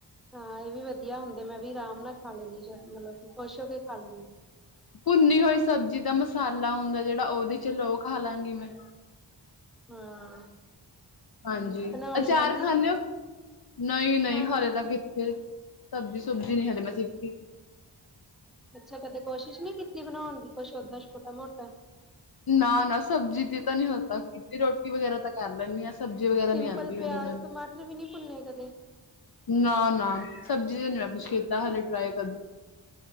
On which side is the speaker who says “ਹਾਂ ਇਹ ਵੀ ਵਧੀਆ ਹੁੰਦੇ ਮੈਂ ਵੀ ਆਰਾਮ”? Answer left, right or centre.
Centre